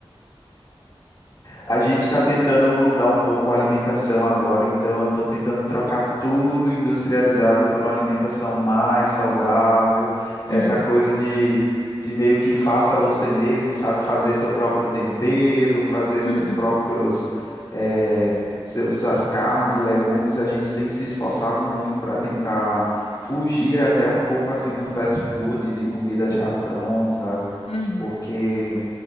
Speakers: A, on the left; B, on the left.
A: A gente está tentando mudar um pouco a alimentação agora, então eu estou tentando trocar tudo industrializado por uma alimentação mais saudável,
B: Uhum.
A: essa coisa de, de meio que faça você mesmo, sabe? Fazer seu próprio tempero, fazer seus
B: Uhum.
A: próprios, eh, seus, suas carnes, legumes. A gente tem se esforçado muito para tentar fugir até um pouco assim do fast food, de comida já pronta,
B: Uhum.
A: porque